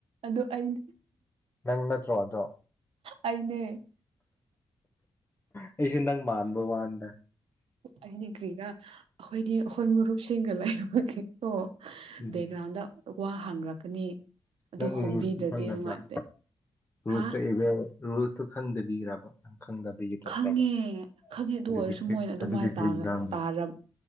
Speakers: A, on the right (about 80°); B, on the left (about 20°).
A: ꯑꯗꯨ ꯑꯩꯅꯦ
B: ꯅꯪ ꯅꯠꯇ꯭ꯔꯣ ꯑꯗꯣ
A: ꯑꯩꯅꯦ
B: ꯑꯩꯁꯨ ꯅꯪ ꯃꯥꯟꯕꯥꯟꯕ ꯋꯅꯦꯗ
A: ꯑꯩꯅꯦ ꯀꯔꯤꯔ ꯑꯩꯈꯣꯏꯗꯤ ꯑꯩꯈꯣꯏ ꯃꯔꯨꯞꯁꯤꯡꯒ ꯂꯩꯕꯒꯤꯀꯣ
B: ꯎꯝ
A: ꯕꯦꯛꯒ꯭ꯔꯥꯎꯟꯗ ꯋꯥ ꯍꯥꯡꯔꯛꯀꯅꯤ ꯑꯗꯣ
B: ꯅꯪ
A: ꯈꯨꯝꯕꯤꯗ꯭ꯔꯗꯤ
B: ꯔꯨꯜꯁꯇꯤ ꯈꯪꯗꯕꯔ
A: ꯅꯨꯡꯉꯥꯏꯇꯦ
B: ꯔꯨꯜꯁꯇ
A: ꯍꯥ
B: ꯑꯦ <unintelligible> ꯔꯨꯜꯁꯇꯣ ꯈꯪꯗꯕꯤꯔꯕ ꯈꯪꯗꯕꯤꯒꯤ ꯇꯧꯕ꯭ꯔꯕ
A: ꯈꯪꯉꯦ ꯈꯪꯉꯦ ꯑꯗꯨ
B: ꯑꯗꯨꯗꯤ
A: ꯑꯣꯏꯔꯁꯨ
B: ꯀꯔꯤ
A: ꯃꯣꯏꯅ ꯑꯗꯨꯃꯥꯏꯅ
B: ꯑꯗꯨꯗꯤ ꯀꯔꯤ ꯉꯥꯡꯕ
A: ꯇꯥꯔꯕ